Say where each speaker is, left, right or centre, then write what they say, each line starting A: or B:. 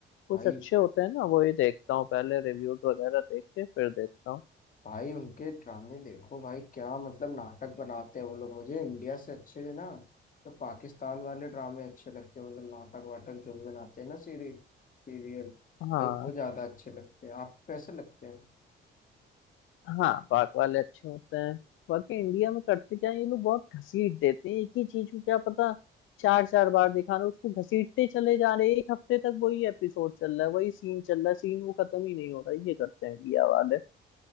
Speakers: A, on the left (about 80°); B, on the left (about 45°).
A: कुछ
B: भाई
A: अच्छे होते हैं ना वो ही देखता हूँ पहले रिव्यूज वगैरह देख के फिर देखता हूँ
B: भाई उनके ड्रामे देखो भाई क्या मतलब नाटक बनाते हैं वो लोग मुझे इंडिया से अच्छे ना तो पाकिस्तान वाले ड्रामे अच्छे लगते हैं मतलब नाटक वाटक जो भी बनाते हैं ना सीरी सीरियल
A: हाँ
B: भाई वो ज्यादा अच्छे लगते हैं आपको कैसे लगते हैं
A: हाँ पाक वाले अच्छे होते हैं बाकी इंडिया में करते क्या है, ये लोग बहुत घसीट देते हैं एक ही चीज को क्या पता चार चार बार दिखा रहे हैं, उसको घसीटते चले जा रहे हैं एक हफ्ते तक वही एपिसोड चल रहा है वही सीन चल रहा है सीन वो खत्म ही नहीं हो रहा ये करते हैं इंडिया वाले